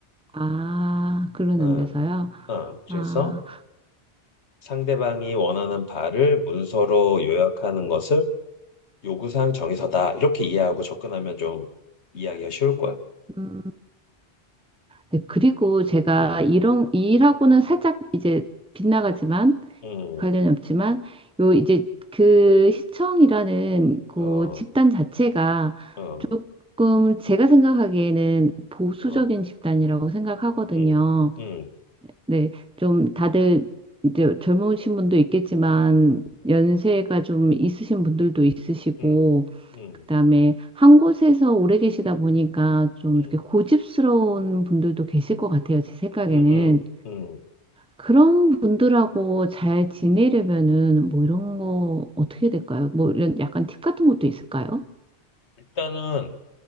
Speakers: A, in the centre; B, on the left (about 80°).
A: 아, 글로
B: 어,
A: 남겨서요.
B: 어. 그래서
A: 아,
B: 상대방이 원하는 바를 문서로 요약하는 것을 요구사항 정의서다. 이렇게 이해하고 접근하면 좀 이해하기가 쉬울 거야.
A: 음. 네, 그리고 제가
B: 응,
A: 이런 이 일하고는 살짝 이제 빗나가지만
B: 응.
A: 관련이 없지만 요 이제 그 시청이라는 그
B: 어,
A: 집단 자체가
B: 어,
A: 조금 제가 생각하기에는 보수적인
B: 어,
A: 집단이라고 생각하거든요.
B: 응, 응,
A: 네, 좀 다들 이제 젊으신 분도 있겠지만
B: 응,
A: 연세가 좀 있으신 분들도 있으시고
B: 응, 응,
A: 그다음에 한 곳에서 오래 계시다 보니까 좀
B: 응,
A: 이렇게 고집스러운 분들도 계실 것 같아요. 제 생각에는
B: 응, 응, 응.
A: 그런 분들하고 잘 지내려면은 뭐 이런 거 어떻게 될까요? 뭐 이런 약간 팁 같은 것도 있을까요?
B: 일단은